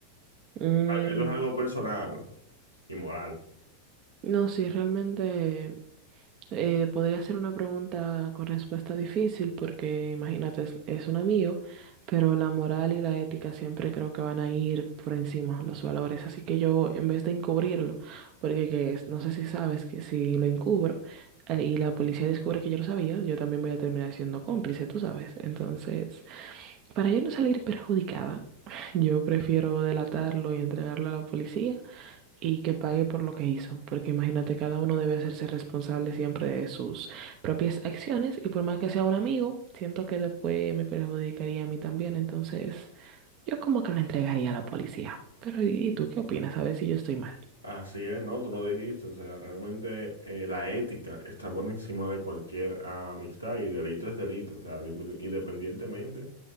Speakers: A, on the right; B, on the right.
A: Mm,
B: Esto es algo personal y moral.
A: no, sí, realmente eh, podría ser una pregunta con respuesta difícil porque imagínate, es, es un amigo, pero la moral y la ética siempre creo que van a ir por encima, los valores. Así que yo, en vez de encubrirlo, porque que es- no sé si sabes que si lo encubro eh, y la policía descubre que yo lo sabía, yo también voy a terminar siendo cómplice, tú sabes. Entonces... Para yo no salir perjudicada, <laughs> yo prefiero delatarlo y entregarlo a la policía y que pague por lo que hizo, porque imagínate, cada uno debe hacerse responsable siempre de sus propias acciones y por más que sea un amigo, siento que después me perjudicaría a mí también, entonces yo como que lo entregaría a la policía. Pero ¿y y tú qué opinas? A ver si yo estoy mal.
B: Así es, ¿no? Tú lo dijiste, o sea, realmente eh, la ética está por encima de cualquier amistad y delito es delito, o sea, de- independientemente.